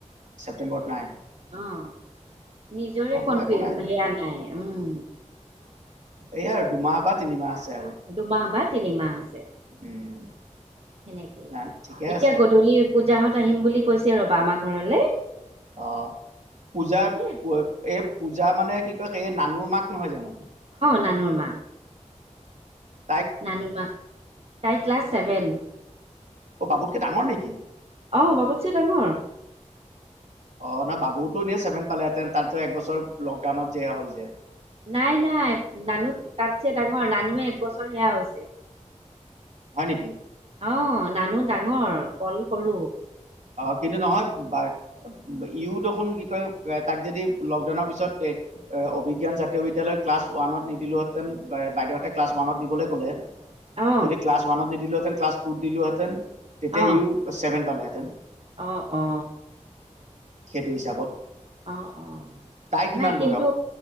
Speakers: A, on the right; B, on the right.
A: ছেপ্তেম্বৰত নাই
B: অঁ নিজৰে
A: হ'ব
B: কনফি
A: একো নাই
B: সেয়া নাই উম
A: এই আৰু দুমাহ বা তিনিমাহ আছে আৰু
B: দুমাহ বা তিনিমাহ আছে।
A: উম
B: সেনেকে
A: নাই ঠিকে
B: এতিয়া
A: আছে
B: গধূলি পূজাহত আহিম বুলি কৈছে ৰবা আমাৰ ঘৰলে।
A: অ। পূজাৰ
B: কৈছে
A: এই পূজা মানে কি কয় সেই নানুৰ মাক নহয় জানো?
B: মানুহৰ মাক
A: আ
B: নানি মা তাই ক্লাছ চেভেন।
A: অ বাবুতকে ডাঙৰ নেকি?
B: অ <unintelligible> ডাঙৰ।
A: অ নাই বাবুতো এনে চছেভেন পালেহেতেন তাৰিছত একবছৰ লকডাউনত যে হ'ল যে।
B: নাই নাই নানু তাতছে ডাঙৰ নানুহে একবছৰ সেয়া হৈছে।
A: হয় নেকি?
B: অ নানু ডাঙৰ কল সৰো।
A: অ কিন্তু নহয় বা ইও দেখোন কি কয় তাক যদি লকডাউনৰ পিছত এ অভিজ্ঞান জাতীয় বিদ্যয় ক্লাছ ওৱানত নিদিলোহেতেন বাইদেউহতে ক্লাছ ৱানত দিবলৈ ক'লে।
B: অ
A: যদি ক্লাছ ওৱানত নিদিলোহেঁতেন ক্লাছ টুত দিলো হেতেন তেতিয়া
B: অ
A: ই চছেভেন পালেহেঁতেন।
B: অ অ।
A: সেইটো হিচাপত
B: অ অ
A: তাই কিমান
B: নাই কিন্তু
A: বয়স